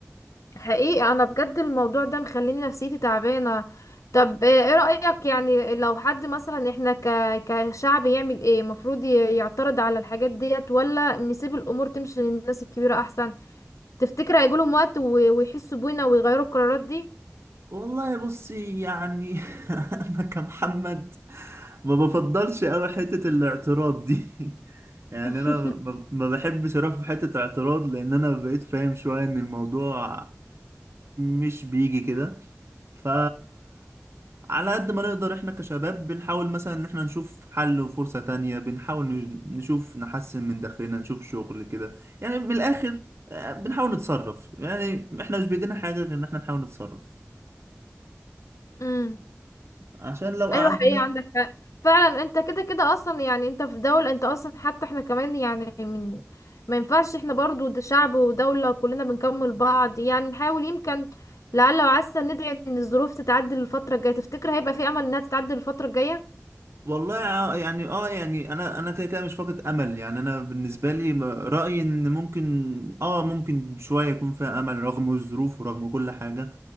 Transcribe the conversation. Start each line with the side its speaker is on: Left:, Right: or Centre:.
Left: حقيقي انا بجد الموضوع ده مخليني نفسيتي تعبانه طب آه، ايه رأيك يعني لو حد مثلا احنا ك... كشعب يعمل ايه المفروض يعترض على الحاجات ديت ولا نسيب الامور تمشي للناس الكبيره احسن تفتكر هيجيلهم وقت و... ويحسوا بينا ويغيروا القرارات دي
Right: والله بصي يعني <laughs> انا كمحمد ما بفضلش قوي حتة الاعتراض دي <laughs> يعني
Left: <laughs>
Right: انا ما ما بحبش اروح في حتة اعتراض لان انا بقيت فاهم شوية ان الموضوع مش بيجي كده ف على قد ما نقدر احنا كشباب بنحاول مثلا ان احنا نشوف حل وفرصة تانية بنحاول ن- نشوف نحسن من داخلنا نشوف شغل كده يعني من الاخر آه، بنحاول نتصرف يعني احنا مش بايدينا حاجة غير ان احنا نحاول نتصرف
Left: امم
Right: عشان لو
Left: ايوه
Right: قعدنا
Left: حقيقة عندك حق فعلا انت كده كده اصلا يعني انت في دولة انت اصلا حتى احنا كمان يعني من ما ينفعش احنا برضو ده شعب ودولة كلنا بنكمل بعض يعني نحاول يمكن لعل وعسى ندعي ان الظروف تتعدل الفترة الجاية تفتكر هيبقى في امل انها تتعدل الفترة الجاية
Right: والله ع- يعني اه يعني انا انا كده كده مش فاقد امل يعني انا بالنسبه لي م- رايي ان ممكن اه ممكن شويه يكون فيها امل رغم الظروف ورغم كل حاجه